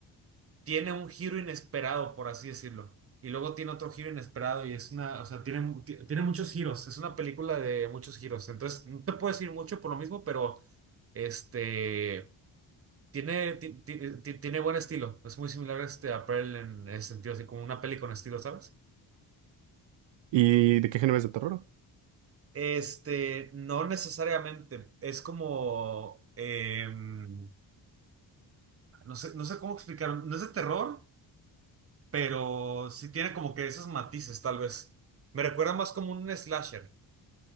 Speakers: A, on the right; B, on the right.
A: tiene un giro inesperado, por así decirlo. Y luego tiene otro giro inesperado y es una, o sea, tiene, mu- ti- tiene muchos giros. Es una película de muchos giros. Entonces, no te puedo decir mucho por lo mismo, pero este, tiene, ti- ti- ti- tiene buen estilo. Es muy similar este, a Pearl en ese sentido, así como una peli con estilo, ¿sabes?
B: ¿Y de qué género es de terror?
A: Este, no necesariamente. Es como, em, no sé, no sé cómo explicarlo. No es de terror, pero sí tiene como que esos matices, tal vez. Me recuerda más como un slasher,